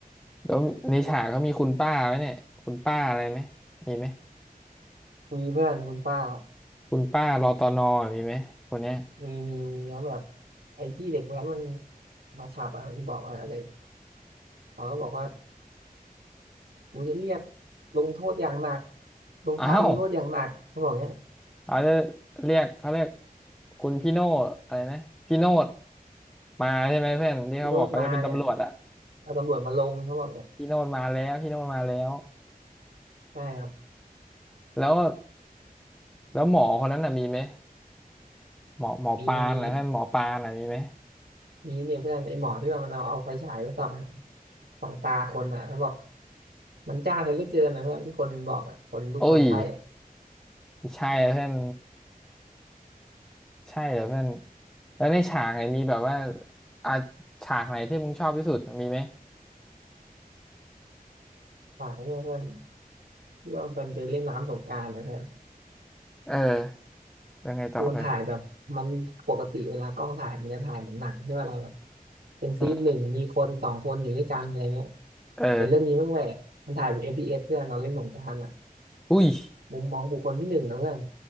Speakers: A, in the centre; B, on the right (about 85°).
A: แล้วในฉากเขามีคุณป้าไหมเนี่ยคุณป้าอะไรไหมมีไหม
B: คุยเพื่อนคุณป้า
A: คุณป้ารอตอนอมีไหมคนเนี้ย
B: มีมีมีเขาแบบไอ้ที่เด็กแว้นมันมาขับอ่ะมันบอกว่าอะไรเขาก็บอกว่า โอ้จะเรียกลงโทษอย่างหนักลงพระลงโทษอย่างหนักเขาบอกเนี้ย
A: อ้าวเขาจะเรียกเขาเรียกคุณพี่โนดอะไรนะพี่โนดมาใช่ไหมเพื่อนที่เขาบอกเขาจะเป็นตำรวจอะ
B: พี่โรดมาเนี่ยเอาตำรวจมาลงเขาบอกเนี้ย
A: พี่โนดมาแล้วพี่โนดมาแล้ว
B: ใช่ครับ
A: แล้วแล้วหมอคนนั้นน่ะมีไหม หมอหมอปานนะเพื่อนหมอปานนะมีไหม
B: มีมีมีเนี่ยเพื่อนไอ้หมอที่ว่ามันเอาเอาไฟฉายไปส่องส่องตาคนอ่ะเขาบอกมันจ้าเลยเหลือเกินนะเพื่อนที่คนมันบอกอ่ะคนทุกคนไข้อ่ะ
A: โอ้ยใช่เหรอเพื่อนใช่เหรอเพื่อนแล้วในฉากไหนมีแบบว่าอ่ะฉากไหนที่มึงชอบที่สุดมีไหม
B: ฝากไว้เนี่ยเพื่อนที่ว่ามันเป็นไปเล่นน้ำสงกรานต์นะเพื่อน
A: เออแล้วไงต่อเพื่อน
B: คือมันถ่ายแบบมันปกติเวลากล้องถ่ายมันจะถ่ายเหมือนหนังใช่ไหมเราแบบเป็นซีนหนึ่งมีคนสองคนอยู่ด้วยกันอะไรเงี้ย
A: อืมเออ
B: แต่เรื่องนี้มันแหวกมันถ่ายแบบ FPS เอสเพื่อนเราเล่นสงครามอ่ะ
A: อุ้ย
B: มุมมองบุคคลที่หนึ่งนะเพื่อน